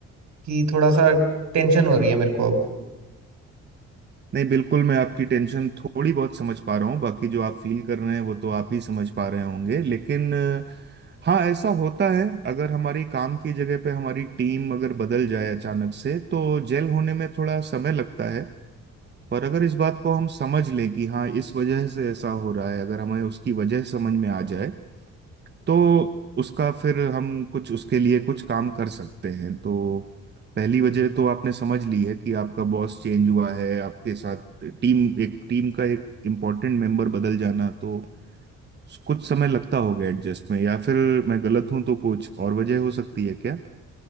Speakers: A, on the right; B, on the right.
A: कि थोड़ा सा टेंशन हो रही है मेरे को अब
B: नहीं बिल्कुल मैं आपकी टेंशन थोड़ी बहुत समझ पा रहा हूँ बाकी जो आप फील कर रहे हैं वो तो आप ही समझ पा रहे होंगे लेकिन अ, हाँ ऐसा होता है अगर हमारी काम की जगह पे हमारी टीम अगर बदल जाए अचानक से तो जेल होने में थोड़ा समय लगता है पर अगर इस बात को हम समझ लें कि हाँ इस वजह से ऐसा हो रहा है अगर हमें उसकी वजह समझ में आ जाए तो उसका फिर हम कुछ उसके लिए कुछ काम कर सकते हैं तो पहली वजह तो आपने समझ ली है कि आपका बॉस चेंज हुआ है आपके साथ टीम एक टीम का एक इम्पोर्टेंट मेंबर बदल जाना तो कुछ समय लगता होगा एडजस्ट में या फिर मैं गलत हूं तो कुछ और वजह हो सकती है क्या?